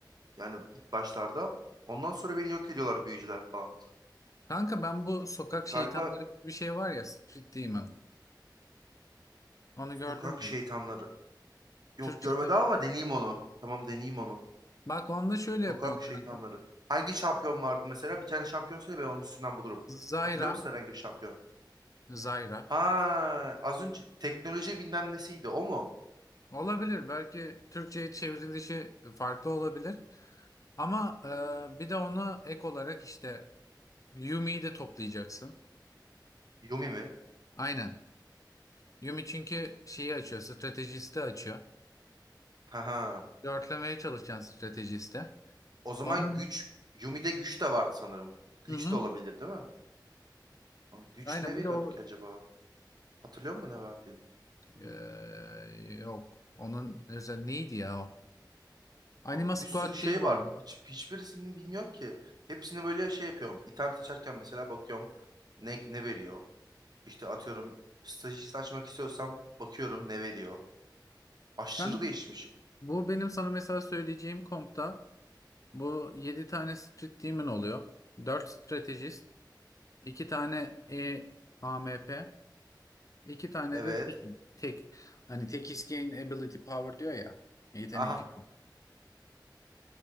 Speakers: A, on the right; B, on the left.
A: Yani ilk başlarda. Ondan sonra beni yok ediyorlar büyücüler falan.
B: Kanka ben bu sokak şeytanları
A: Galiba
B: gibi bir şey var ya Street Demon. Onu gördün
A: sokak
B: mü?
A: şeytanları. Yok
B: Türkçesi.
A: görmedim ama deneyeyim onu. Tamam deneyeyim onu.
B: Bak onda şöyle yapıyorsun
A: Sokak
B: kanka.
A: şeytanları. Hangi şampiyon vardı mesela? Bir tane şampiyon söyle ben onun üstünden bulurum.
B: Zayra.
A: Hatırlıyor musun herhangi bir şampiyon?
B: Zayra.
A: Ha, az önce teknoloji bilmem nesiydi o mu?
B: Olabilir. Belki Türkçe'ye çevrilişi farklı olabilir. Ama e, bir de onu ek olarak işte Yumi'yi de toplayacaksın.
A: Yumi mi?
B: Aynen. Yumi çünkü şeyi açıyor. Stratejisti açıyor.
A: Ha ha.
B: Dörtlemeye çalışacaksın stratejiste.
A: O zaman
B: Onun
A: güç Yumi'de güç de vardı sanırım. Güç
B: Hı hı.
A: de olabilir değil mi? Ama Güç
B: Aynen
A: ne veriyordu
B: bir de o
A: ki acaba? Hatırlıyor musun ne verdiğini?
B: eee, yok. Onun özel neydi ya o? Anima
A: Abi
B: Squad
A: Bir sürü şey
B: şeyi var.
A: var. Hiç hiçbirisini bilmiyorum ki. Hepsine böyle şey yapıyorum. İtem seçerken mesela bakıyorum ne ne veriyor. İşte atıyorum stajist açmak istiyorsam bakıyorum ne veriyor. Aşırı
B: Kanka,
A: değişmiş.
B: bu benim sana mesela söyleyeceğim kompta bu 7 tane Street Demon oluyor. 4 stratejist, 2 tane e A M P, 2 tane
A: Evet.
B: de tek, tek. Hani tek is gain ability power diyor ya. Yetenek
A: Aha
B: gücü.